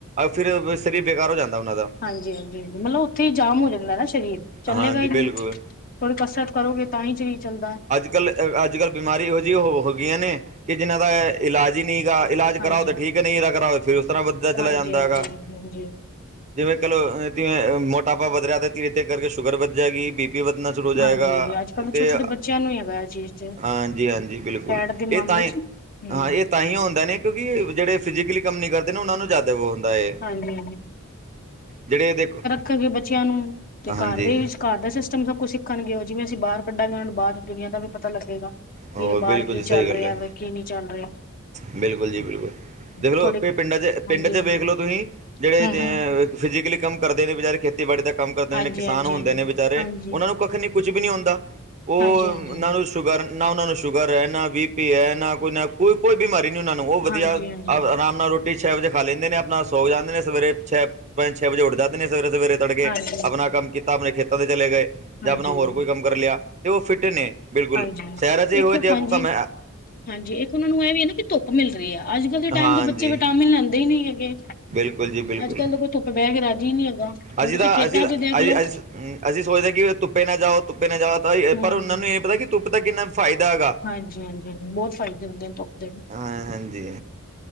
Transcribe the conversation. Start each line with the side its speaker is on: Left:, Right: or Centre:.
Right: ਫਿਰ ਸਰੀਰ ਬੇਕਾਰ ਹੋ ਜਾਂਦਾ, ਉਹਨਾਂ ਦਾ
Left: ਹਾਂਜੀ- ਹਾਂਜੀ, ਮਤਲਬ ਉੱਥੇ ਹੀ ਜਾਮ ਹੋ ਜਾਂਦਾ ਨਾ, ਸਰੀਰ ਚੱਲੇਗਾ
Right: ਹਾਂਜੀ
Left: ਹੀ ਨੀ,
Right: ਬਿਲਕੁਲ
Left: ਥੋੜੀ ਕਸਰਤ ਕਰੋਗੇ ਤਾਂ ਹੀ ਸਰੀਰ ਚੱਲਦਾ ਹੈ
Right: ਅੱਜਕੱਲ੍ਹ-ਅੱਜਕੱਲ੍ਹ, ਬਿਮਾਰੀ ਇਹੋ ਜਿਹੀ ਹੋਗੀਆ ਨੇ ਕਿ ਜਿਹਨਾਂ ਦਾ ਇਲਾਜ ਹੀ ਨੀ ਹੈਗਾ, ਇਲਾਜ
Left: ਹਾਂਜੀ
Right: ਕਰਾਓ ਤੇ
Left: ਹਾਂਜੀ
Right: ਠੀਕ ਹੈ, ਨਈ ਕਰਾਓ ਫੇਰ ਓਸ ਤਰ੍ਹਾਂ ਵੱਧਦਾ ਚਲਾ
Left: ਹਾਂਜੀ
Right: ਜਾਂਦਾ
Left: ਹਾਂਜੀ
Right: ਹੈਗਾ
Left: ਹਾਂਜੀ ਹਾਂਜੀ
Right: ਜਿਵੇਂ ਕਹਿ ਲੋ, ਜਿਵੇਂ ਮੋਟਾਪਾ ਵਧਿਆ, ਤੇ ਧੀਰੇ ਧੀਰੇ ਤੇ ਕਰਕੇ ਸ਼ੂਗਰ ਵਧ ਜੇਗੀ, ਬੀ ਪੀ ਵਧਣਾ ਹੋ ਜਾਏਗਾ
Left: ਹਾਂਜੀ ਅੱਜ ਕੱਲ੍ਹ ਦੇ
Right: ਤੇ
Left: ਛੋਟੇ ਛੋਟੇ ਬੱਚਿਆਂ ਨੂੰ ਹੀ ਹੈਗਾ ਇਹ ਚੀਜ਼ ਤੇ
Right: ਹਾਂਜੀ-ਹਾਂਜੀ, ਬਿਲਕੁਲ
Left: ਫੈਟ ਦੇ ਮਾਮਲੇ
Right: ਏਹ ਤਾਂਏ
Left: ਚ ਹੂੰ
Right: ਤਾਂ ਹੀ ਆਉਂਦਾ ਨੇ ਕਿਉਂਕਿ ਜੇਹੜੇ ਫਿਜ਼ਕਲੀ ਕੰਮ ਨੀ ਕਰਦੇ ਉਹਨਾਂ ਨੂੰ ਜ਼ਿਆਦਾ ਹੁੰਦਾ ਏ,
Left: ਹਾਂਜੀ
Right: ਜੇਹੜੇ ਦੇਖੋ
Left: ਕਹੀਏ, ਬੱਚੇਆਂ ਨੂੰ ਤੇ
Right: ਹਾਂਜੀ
Left: ਘਰ ਦੇ ਵਿੱਚ ਘਰ ਦਾ ਸਿਸਟਮ ਸਭ ਕੁਛ ਸਿੱਖਣਗੇ ਓ, ਜਿਵੇਂ ਅਸੀਂ ਬਾਰ ਕੱਢਾਂਗੇ, ਓਨਾਂ ਨੂੰ ਬਾਰ ਦੁਨੀਆਂ ਦਾ ਵੀ ਪਤਾ ਲੱਗੇਗਾ
Right: ਹੋਰ
Left: ਵੀ
Right: ਬਿਲਕੁਲ
Left: ਬਾਰ ਕੀ
Right: ਜੀ ਸਹੀ
Left: ਚੱਲ
Right: ਗੱਲ
Left: ਰਿਹਾ
Right: ਹੈ
Left: ਵੈ, ਕੀ ਨੀ ਚੱਲ ਰਿਹਾ
Right: ਬਿਲਕੁਲ ਜੀ ਬਿਲਕੁਲ, ਦੇਖਲੋ
Left: ਥੋੜੀ
Right: ਪਿੰਡਾਂ ਚ ਪਿੰਡਾਂ
Left: ਹਾਂਜੀ
Right: ਚ
Left: ਹਾਂਜੀ
Right: ਵੇਖ ਲੋ, ਤੁਸੀਂ ਜੇਹੜੇ
Left: ਹੂੰ ਹੂੰ,
Right: ਫਿਜੀਕਲੀ ਕੰਮ ਕਰਦੇ ਨੇ ਵਿਚਾਰੇ, ਖੇਤੀਬਾੜੀ ਦਾ ਕੰਮ ਕਰਦੇ
Left: ਹਾਂਜੀ
Right: ਨੇ, ਜੇਹੜੇ ਕਿਸਾਨ
Left: ਹਾਂਜੀ
Right: ਹੁੰਦੇ
Left: ਹਾਂਜੀ
Right: ਨੇ, ਵਿਚਾਰੇ
Left: ਹਾਂਜੀ
Right: ਓਨਾਂ ਨੂੰ ਕੱਖ ਨਈ ਕੁਛ ਵੀ ਨੀ ਹੁੰਦਾ, ਓ
Left: ਹਾਂਜੀ
Right: ਓਨਾ
Left: ਹਾਂਜੀ
Right: ਨਾ ਓਨਾਂ ਨੂੰ ਸ਼ੂਗਰ ਐ ਨਾ ਬੀ ਪੀ ਹੈ ਨਾ ਕੋਈ ਨਾ ਕੋਈ ਕੋਈ ਬਿਮਾਰੀ ਨੀ ਓਨਾਂ ਨੂੰ, ਓ ਵਧੀਆ
Left: ਹਾਂਜੀ ਹਾਂਜੀ
Right: ਆਰਾਮ ਨਾਲ ਰੋਟੀ ਰੋਟੀ ਛੇ ਵਜੇ ਖਾ ਲੈਂਦੇ ਨੇ, ਆਪਣਾ ਸੋ ਜਾਂਦੇ ਨੇ, ਸਵੇਰੇ ਛੇ ਪੰਜ ਛੇ ਵਜੇ ਉੱਠ ਜਾਂਦੇ ਨੇ, ਸਵੇਰੇ- ਸਵੇਰੇ ਤੜ ਕੇ
Left: ਹਾਂਜੀ
Right: ਆਪਣਾ ਕੰਮ ਕੀਤਾ, ਆਪਣੇ ਖੇਤਾਂ ਤੇ ਚਲੇ ਗਏ
Left: ਹਾਂਜੀ
Right: ਜਾਂ ਆਪਣਾ ਹੋਰ
Left: ਹਾਂਜੀ
Right: ਕੋਈ ਕੰਮ ਕਰ ਲਿਆ ਤੇ ਓ ਫਿੱਟ ਨੇ ਬਿਲਕੁਲ,
Left: ਹਾਂਜੀ,
Right: ਸੈਹਰਾਂ ਚ ਹੀ ਇਹੋ
Left: ਇੱਕ
Right: ਜਿਹਾ
Left: ਹਾਂਜੀ
Right: ਕੋਈ ਕੰਮ ਹੈ।
Left: ਹਾਂਜੀ, ਇੱਕ ਓਨਾ ਨੂੰ ਇਹ ਵੀ ਨਾ ਕਿ ਧੁੱਪ ਮਿਲ ਰਹੀ ਆ ਅੱਜਕੱਲ੍ਹ ਦੇ
Right: ਹਾਂਜੀ
Left: ਟਾਈਮ ਦੇ ਬੱਚੇ ਵਿਟਾਮਿਨ ਲੈਂਦੇ ਈ ਨੀ ਹੈਗੇ
Right: ਬਿਲਕੁਲ ਜੀ ਬਿਲਕੁਲ
Left: ਅੱਜਕੱਲ ਤਾਂ ਕੋਈ ਧੁੱਪੇ ਬੈ ਕੇ ਰਾਜੀ ਨੀ ਹੈਗਾ। ਹੁਣ
Right: ਅਸੀਂ
Left: ਤੁਸੀਂ
Right: ਤਾਂ
Left: ਖੇਤਾਂ
Right: ਅਸੀਂ ਅਸੀਂ
Left: ਚ ਦੇਖ ਲੋ
Right: ਅਸੀਂ ਸੋਚਦੇ ਕਿ ਧੁੱਪੇ ਨਾ ਜਾਓ, ਧੁੱਪੇ ਨਾ ਜਾਓ, ਤਾਂ
Left: ਹਮ
Right: ਪਰ ਓਨਾਂ ਨੂੰ ਏਹ ਨੀ ਪਤਾ ਕਿ ਧੁੱਪ ਦਾ ਕਿੰਨਾ ਫਾਇਦਾ ਹੈਗਾ
Left: ਹਾਂਜੀ- ਹਾਂਜੀ, ਬੋਤ ਫਾਇਦੇ ਹੁੰਦੇ ਨੇ ਧੁੱਪਦੇ
Right: ਹਾਂ, ਹਾਂਜੀ।